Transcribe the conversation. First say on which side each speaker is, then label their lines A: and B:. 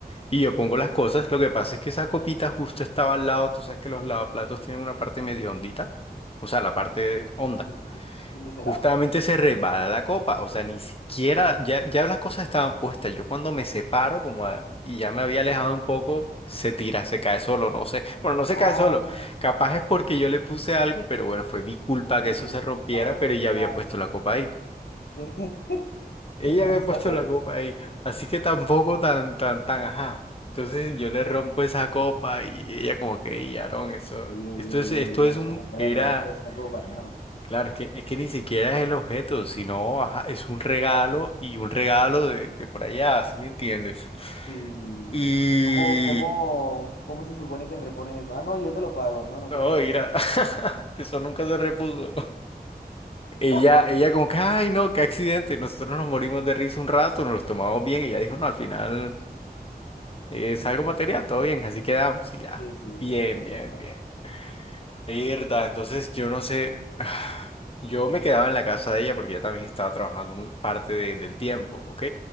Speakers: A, on the left; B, on the left.
A: Y yo pongo las cosas. Lo que pasa es que esa copita justo estaba al lado. Tú sabes que los lavaplatos tienen una parte medio hondita. O sea, la parte honda.
B: Sí, sí, sí. ¿Dónde
A: Justamente
B: se lava?
A: se resbala la copa. O sea, ni siquiera, ya, ya las cosas estaban puestas. Yo cuando me separo, como a- y ya me había alejado un poco, se tira, se cae solo, no sé. Bueno, no se
B: Ah,
A: cae solo. Capaz es porque yo le puse algo, pero bueno, fue mi culpa que
B: el
A: eso se rompiera,
B: fantasma
A: pero ya había puesto la copa ahí.
B: de, <laughs>
A: Ella
B: de Cazuelo.
A: había puesto la copa ahí, así que tampoco tan, tan, tan, ajá. Entonces yo le rompo esa copa y ella como que, y Aarón, eso,
B: Ey, ey,
A: esto es,
B: ey,
A: esto
B: ey, ey,
A: es un,
B: ¿cómo es que
A: era,
B: le rompe esa copa, hermano?
A: claro, es que, es que ni siquiera es el objeto, sino, ajá, es un regalo y un regalo de, de por allá, ¿sí me entiendes?
B: Sí.
A: Y,
B: ¿Cómo, cómo, cómo se supone que repones eso? Ah, no, yo te lo pago. No, no
A: no,
B: tiene precio.
A: mira, <laughs> eso nunca se repuso. Ella,
B: <laughs>
A: ella como que, ay, no, qué accidente, nosotros nos morimos de risa un rato, nos los tomamos bien, y ella dijo, no, al final... Es algo material, todo bien, así quedamos y ya.
B: Sí, sí,
A: Bien,
B: pero, pero,
A: bien,
B: totalmente.
A: bien. Irda, entonces yo no sé, <sighs> yo me quedaba en la casa de ella porque ella también estaba trabajando muy parte de- del tiempo, ¿ok?